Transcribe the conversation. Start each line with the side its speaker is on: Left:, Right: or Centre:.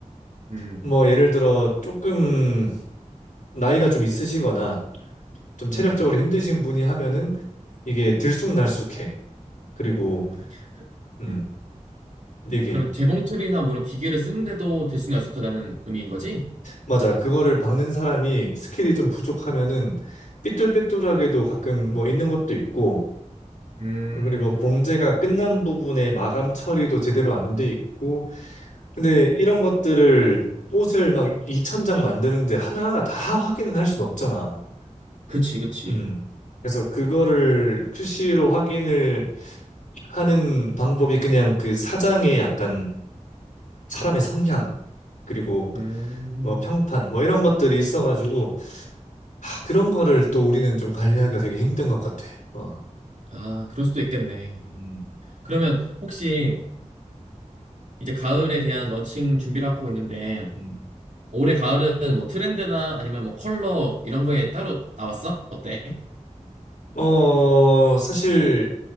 Right: 음.
Left: 뭐 예를 들어 조금 나이가 좀 있으시거나 좀 체력적으로
Right: 음.
Left: 힘드신 분이 하면은 이게 들쑥날쑥해. 그리고
Right: 음. 그-
Left: 음,
Right: 음.
Left: 이게
Right: 그럼 재봉틀이나 뭐 이런 기계를 쓰는데도 들쑥날쑥하다는 의미인 거지?
Left: 맞아. 그거를 박는 사람이 스킬이 좀 부족하면은 삐뚤빼뚤하게도 가끔 뭐 있는 것도 있고
Right: 음.
Left: 그리고 봉제가 끝난 부분의 마감 처리도 제대로 안 돼 있고 근데 이런 것들을 옷을 막 2천 장 만드는데 하나하나 다 확인은 할 순 없잖아.
Right: 그치, 그치.
Left: 음. 그래서 그거를 QC로 확인을 하는 방법이 그냥 그 사장의 약간 사람의 성향 그리고
Right: 음.
Left: 뭐 평판 뭐 이런 것들이 있어가지고 아, 그런 거를 또 우리는 좀 관리하기가 되게 힘든 것 같아. 어.
Right: 아, 그럴 수도 있겠네.
Left: 음,
Right: 그러면 혹시 이제 가을에 대한 런칭 준비를 하고 있는데
Left: 음.
Right: 올해 가을은 뭐 트렌드나 아니면 뭐 컬러 이런 거에 따로 나왔어? 어때?
Left: 어, 사실